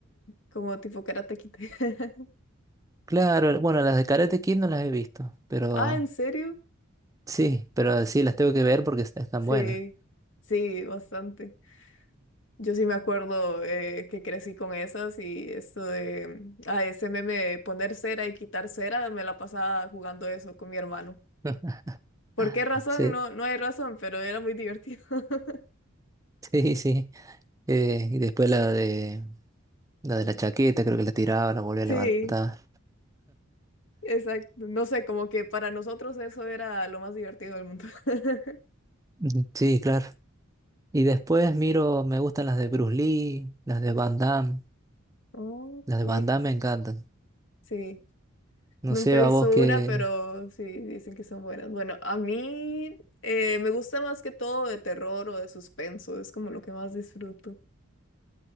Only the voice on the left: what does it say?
como tipo Karate Kid. <laughs>
Ah, ¿en serio?
Sí,
sí, bastante. Yo sí me acuerdo eh, que crecí con esas y esto de a ese meme de poner cera y quitar cera, me la pasaba jugando eso con mi hermano.
¿Por qué razón?
No, no hay razón, pero era muy divertido. <laughs>
Sí,
exacto. No sé, como que para nosotros eso era lo más divertido del mundo. <laughs>
Ok,
sí.
Nunca
he
visto
una, pero sí, dicen que son buenas. Bueno, a mí eh, me gusta más que todo de terror o de suspenso, es como lo que más disfruto.